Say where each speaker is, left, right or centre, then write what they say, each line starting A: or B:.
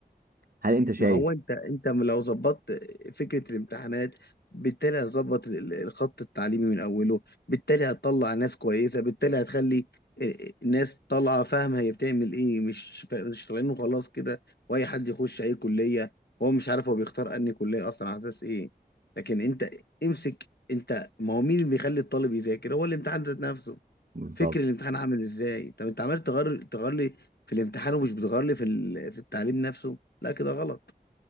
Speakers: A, on the right (about 60°); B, on the left (about 80°).
A: هل انت شايف
B: ما هو انت انت لو ظبطت فكره الامتحانات بالتالي هتظبط ال- ال- الخط التعليمي من اوله بالتالي هتطلع ناس كويسه بالتالي هتخلي ال- ناس طالعه فاهمه هي بتعمل ايه مش فا- مش طالعين وخلاص كده واي حد يخش اي كليه هو مش عارف هو بيختار انهي كليه اصلا على اساس ايه لكن انت امسك انت ما هو مين اللي بيخلي الطالب يذاكر هو الامتحان ذات نفسه
A: بالظبط
B: فكر الامتحان عامل ازاي طب انت عمال تغير تغير لي في الامتحان ومش بتغير لي في ال- في التعليم نفسه لا كده غلط